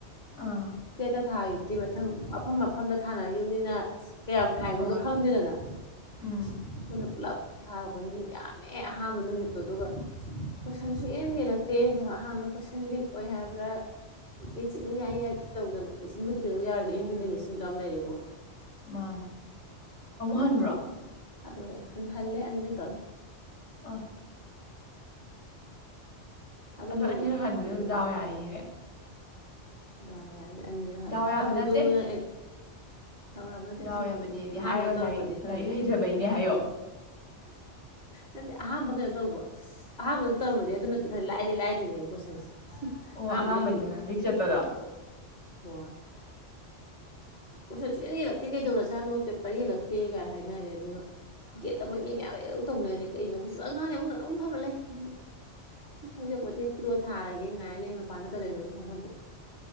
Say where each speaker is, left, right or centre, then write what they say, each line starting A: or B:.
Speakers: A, on the left (about 75°); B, on the left (about 40°).
A: ꯑꯥ
B: ꯀ꯭ꯋꯤꯠꯇ ꯊꯥꯈꯤꯕꯗꯤ ꯃꯊꯪ ꯃꯐꯝ ꯃꯐꯝꯗ ꯊꯥꯅꯈꯤꯕꯅꯤꯅ ꯀꯌꯥꯝ ꯊꯥꯏꯅꯣꯗꯣ
A: ꯍꯣꯏ
B: ꯈꯪꯗꯦꯗꯅ ꯑꯩꯈꯣꯏꯅ
A: ꯎꯝ
B: ꯄꯨꯂꯞ ꯊꯥꯔꯛꯄꯅꯤꯅ ꯌꯥꯝꯃꯦ ꯑꯍꯥꯟꯕ ꯅꯨꯃꯤꯠꯇꯣ ꯑꯗꯨꯒ ꯀꯣꯏꯁꯟꯁꯨ ꯍꯦꯟꯅ ꯌꯦꯜꯂꯛꯇꯦꯅꯧ ꯑꯍꯥꯟꯕꯅ ꯀꯣꯏꯁꯟ ꯂꯤꯛ ꯑꯣꯏ ꯍꯥꯏꯕ꯭ꯔꯥ ꯃꯦꯆꯤꯟ ꯌꯥꯏ ꯌꯥꯏꯗꯦ ꯇꯧꯗꯅ ꯃꯦꯆꯤꯟꯕꯨꯗꯤ ꯀꯩꯗꯧ ꯌꯥꯔꯣꯏꯗ ꯏꯦꯝ ꯌꯨꯗꯤ ꯃꯦꯆꯤꯟꯗꯣ ꯌꯥꯝ ꯂꯩꯔꯤꯕꯣ
A: ꯃꯥꯅꯦ ꯑꯃꯨꯛ ꯍꯟꯕ꯭ꯔꯣ
B: ꯇꯧꯔ ꯊꯥꯗꯣꯔꯛꯑꯦ ꯍ ꯍꯜꯂꯦ ꯑꯅꯤꯔꯛ ꯇꯧꯋꯦ
A: ꯑꯣꯐ
B: ꯊꯥꯗꯣꯔꯛꯏꯅꯦ
A: ꯑꯗꯣ ꯑꯅꯤꯔꯛ
B: ꯑꯍꯥꯟꯕꯩꯗꯣ
A: ꯍꯟꯗꯨꯗꯁꯨꯗꯥꯎ ꯌꯥꯔꯤꯅꯦ
B: ꯗꯔ ꯍꯥꯏꯕ ꯑꯅꯤꯔꯛ ꯍꯜꯂꯦ
A: ꯗꯥꯎ
B: ꯑꯍꯟꯕꯩꯗꯨꯅ
A: ꯌꯥꯕ ꯅꯠꯇꯦ
B: ꯇꯧꯕ ꯅꯠꯇꯦ
A: ꯗꯥꯎ
B: ꯑꯁꯦꯡꯕꯩꯁꯨ
A: ꯌꯥꯕꯅꯦꯗꯤ
B: ꯑꯍꯥꯟꯕꯗ
A: ꯍꯥꯏꯔꯣ
B: ꯇꯧꯔꯝꯃꯗꯤ
A: ꯂꯥꯏꯔꯤꯛ
B: ꯈꯔꯗꯤ
A: ꯂꯥꯏꯔꯤꯛ
B: ꯀꯩꯅꯣ
A: ꯍꯩꯖꯕꯩꯅꯦ
B: ꯇꯧꯗꯦ
A: ꯍꯥꯏꯌꯣ
B: ꯅꯠꯇꯦ ꯑꯍꯥꯟꯕ ꯀꯩꯅꯣ ꯇꯧꯕ ꯑꯍꯥꯟꯕꯗ ꯇꯧꯔꯝꯃꯗꯤꯦ ꯑꯗꯨꯅꯗꯤ ꯈꯔ ꯂꯥꯏꯗꯤ ꯂꯥꯏꯗꯣꯏꯅꯦꯕ ꯀꯣꯏꯁꯟꯁꯦ
A: ꯑꯣ
B: ꯑꯍꯥꯟꯕꯗ
A: ꯑꯍꯥꯥꯟꯕꯩꯒꯤꯅ ꯂꯤꯛ ꯆꯠꯄꯗꯣ <unintelligible>
B: ꯍ ꯀꯣꯏꯁꯟꯁꯨ ꯍꯟ ꯌꯦꯛꯂꯛꯇꯦ ꯀꯩꯗꯧꯔꯖꯥꯅꯣ ꯄꯦꯄꯔ ꯌꯦꯛꯂꯛꯇꯦ ꯀꯥꯏꯅ ꯍꯥꯏꯅꯔꯦ ꯑꯗꯨꯒ ꯒꯦꯠꯇ ꯃꯩ ꯃꯤ ꯃꯌꯥꯝ ꯍ ꯇꯧꯅꯔꯦ ꯀꯩꯅꯣ ꯍꯨꯠꯁꯨ ꯀꯥꯡꯈꯥꯡꯁꯦ ꯑꯃꯨꯛꯅ ꯑꯗꯨꯝ ꯊꯃ ꯂꯩ ꯑꯗꯨꯒ ꯑꯩ ꯈꯪꯖꯄꯣꯠꯇꯦ ꯄꯤꯔꯣꯠ ꯊꯥꯔꯒꯦ ꯉꯥꯏꯔ ꯂꯩ ꯃꯄꯥꯟꯗ ꯀꯩꯗꯣꯏꯅꯣꯅꯦ ꯈꯪꯕꯣꯟꯗꯦ